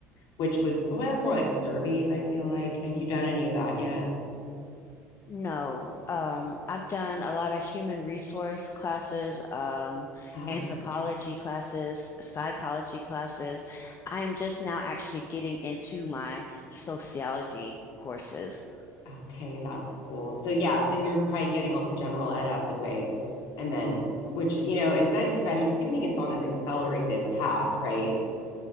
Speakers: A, on the left; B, on the left.
A: which was well, that was more like surveys, I feel like. Have you done any of that yet?
B: No, um, I've done a lot of human resource classes, um,
A: Oh,
B: anthropology classes, psychology classes. I am just now actually getting into my sociology courses.
A: okay, that's cool. So yeah, so you're probably getting all the general ed out of the way and then which you know is nice because I'm assuming it's on an accelerated path, right?